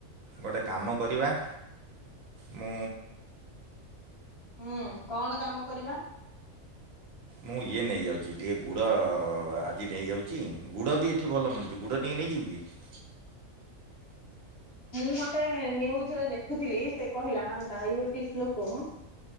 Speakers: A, on the right; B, on the left.
A: ଗୋଟେ କାମ କରିବା। ମୁଁ।
B: ହୁଁ କଣ କାମ କରିବା?
A: ମୁଁ ଇଏ ନେଇଯାଉଛି ଟିକେ ଗୁଡ଼ ଆଜି ନେଇଯାଉଚି ଗୁଡ଼ ବି ଏଠି ଭଲ ମିଳୁଚି ଗୁଡ଼ ଟିକେ ନେଇଯିବି କି?
B: ମୁଁ ଗୋଟେ ନିଉଜୁରେ ଦେଖୁଥିଲି ସେ କହିଲା ଡାଇବେଟିସ୍ ଲୋକ